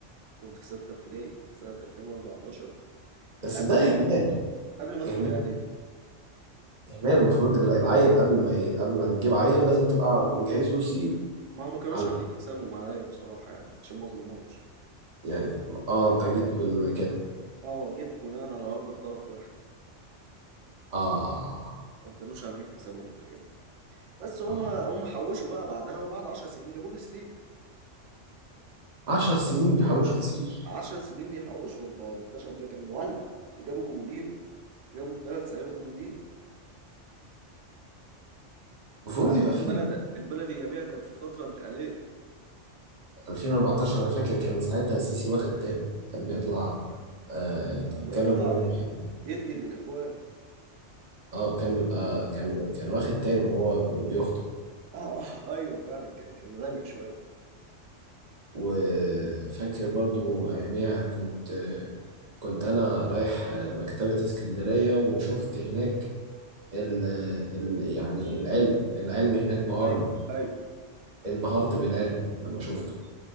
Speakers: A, on the right; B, on the right.
A: كنت في ستة ابتدائي سنة 2014
B: بس
A: قبل
B: ده إهمال
A: قبل ما أدخل
B: إهمال
A: إعدادي
B: هي المفروض الع- العيل قبل ما ي... قبل ما تجيب عيل لازم تبقى مجهز له سيف
A: ما هم ما كانوش
B: على
A: عاملين حسابهم عليا بصراحة يعني عشان ما أظلمهمش
B: يعني اه انت جيت بال كده
A: اه جيت بناء على رغبة طرف واحد
B: اه اه
A: هم ما كانوش عاملين حسابهم للحاجات دي بس هم
B: اه آه.
A: هم حوشوا بقى بعدها وبعد 10 سنين جابوا لي سرير
B: 10 سنين بيحوشوا في سرير
A: 10 سنين بيحوشوا انت الخشب ده كان مولع وجابوا كومودينو جابوا ثلاث سراير وكومودينو
B: المفروض
A: انت عارف
B: يبقى
A: إن
B: فيه
A: البلد البلد اياميها كانت في فتره انتقاليه
B: 2014 انا فاكر كان ساعتها سيسي واخد تاني كان بيطلع آه
A: كان
B: يتكلم
A: كان بيطلع
B: وهو واخد
A: يدي للاخوان
B: اه وكان بيبقى كان كان واخد تاني وهو بيخطب
A: <laughs> اه اه ايوه فعلا كان كان غامق شويه
B: وفاكر برضو اياميها كنت كنت انا رايح مكتبة اسكندرية وشفت هناك ال ال يعني العلم العلم هناك بهرني
A: ايوه ايوه
B: انبهرت بالعلم لما شفته
A: مم.